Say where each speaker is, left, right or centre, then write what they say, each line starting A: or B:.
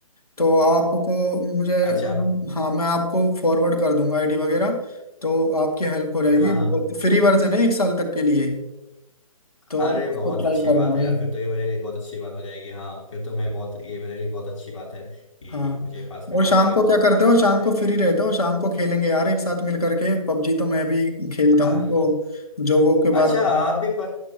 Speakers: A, on the left; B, on the left.
A: तो आपको मुझे
B: अच्छा
A: हाँ मैं आपको फॉरवर्ड कर दूंगा आईडी वगैरह तो आपकी हेल्प हो जाएगी
B: हाँ हाँ
A: बहुत फ्री वर्जन है एक साल तक के लिए तो
B: अरे
A: उसको
B: बहुत
A: ट्राई
B: अच्छी
A: करना
B: बात
A: भाई
B: है यार फिर तो ये मेरे लिए बहुत अच्छी बात हो जाएगी हाँ फिर तो मैं बहुत ये मेरे लिए बहुत अच्छी बात है कि
A: हाँ
B: मुझे पास मिल
A: और शाम
B: जाएगा
A: को
B: तो
A: क्या करते हो शाम
B: मुझे
A: को फ्री रहते हो शाम को खेलेंगे यार एक साथ मिल करके पबजी तो मैं भी खेलता
B: आह,
A: हूँ तो जो वो के
B: अच्छा
A: बाद
B: आप भी प...